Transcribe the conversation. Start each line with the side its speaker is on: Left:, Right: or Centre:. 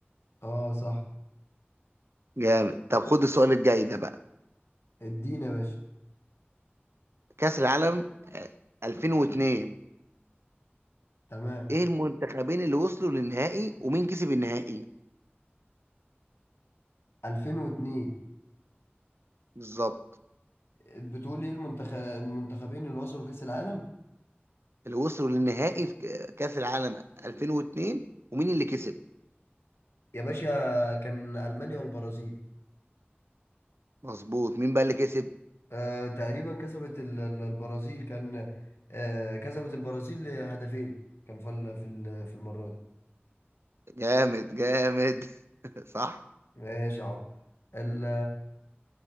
Left: اه صح
Right: جامد طب خد السؤال الجاي ده بقى
Left: ادينا يا باشا
Right: كأس العالم آه، 2002
Left: تمام
Right: ايه المنتخبين اللي وصلوا للنهائي ومين كسب النهائي
Left: 2002
Right: بالظبط
Left: بتقول ايه المنتخ... المنتخبين اللي وصلوا كأس العالم
Right: اللي وصلوا للنهائي في ك- كأس العالم 2002 ومين اللي كسب
Left: يا باشا كان ألمانيا والبرازيل
Right: مظبوط مين بقى اللي كسب
Left: آه تقريبا كسبت ال... ال- البرازيل كان آه كسبت البرازيل هدفين كان في ال... في ال... في المرة دي
Right: جامد جامد <laughs> صح
Left: ماشي يا عب ال...